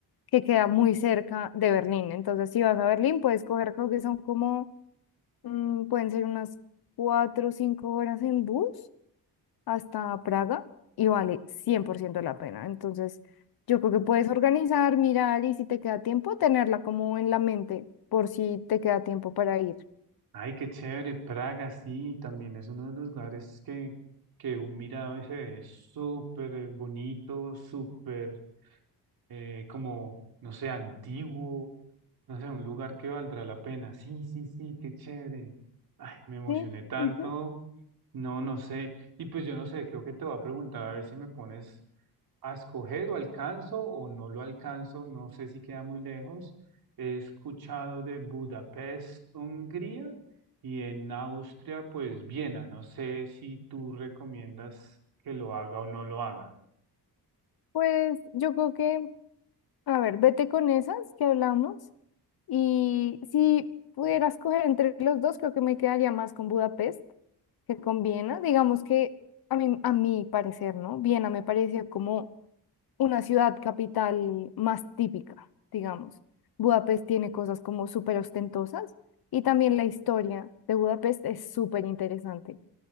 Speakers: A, on the left; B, on the right.
A: que queda muy cerca de Berlín. Entonces, si vas a Berlín, puedes coger, creo que son como, mm, pueden ser unas cuatro o cinco horas en bus hasta Praga y vale 100% la pena. Entonces, yo creo que puedes organizar, mirar y si te queda tiempo, tenerla como en la mente por si te queda tiempo para ir.
B: Ay, qué chévere. Praga, sí, también es uno de los lugares que, que he mirado y se ve súper bonito, súper eh, como, no sé, antiguo. No sé, un lugar que valdrá la pena. Sí, sí, sí, qué chévere. Ay, me emocioné
A: Sí,
B: tanto.
A: ujú.
B: No, no sé. Y pues yo no sé, creo que te voy a preguntar a ver si me pones a escoger o alcanzo o no lo alcanzo, no sé si queda muy lejos. He escuchado de Budapest, Hungría y en Austria, pues Viena. No sé si tú recomiendas que lo haga o no lo haga.
A: Pues yo creo que, a ver, vete con esas que hablamos y si pudieras coger entre los dos, creo que me quedaría más con Budapest que con Viena. Digamos que a mí, a mi parecer, ¿no? Viena me pareció como una ciudad capital más típica, digamos. Budapest tiene cosas como súper ostentosas y también la historia de Budapest es súper interesante.